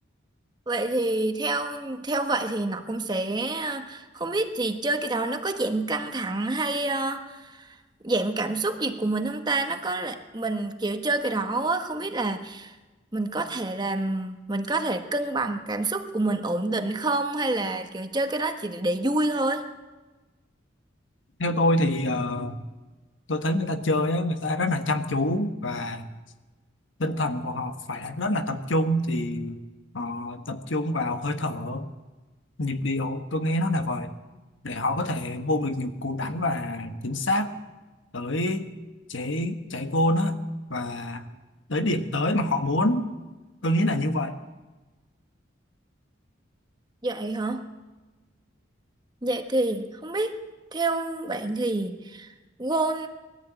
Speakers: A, on the right; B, on the left.
A: vậy thì theo theo vậy thì nó cũng sẽ à, không biết thì chơi cái đó nó có giảm căng thẳng hay à, dạng cảm xúc gì của mình không ta nó có là mình kiểu chơi cái đó á không biết là mình có thể làm mình có thể cân bằng cảm xúc của mình ổn định không hay là kiểu chơi cái đó chỉ để, để vui thôi
B: theo tôi thì ờ, tôi thấy người ta chơi á, người ta rất là chăm chú và tinh thần của họ phải là rất là tập trung thì họ tập trung vào hơi thở nhịp điệu tôi nghe nó là vậy để họ có thể vô được những cú đánh và chính xác tới trái trái goal á và tới điểm tới mà họ muốn tôi nghĩ là như vậy
A: vậy hả vậy thì không biết theo bạn thì goal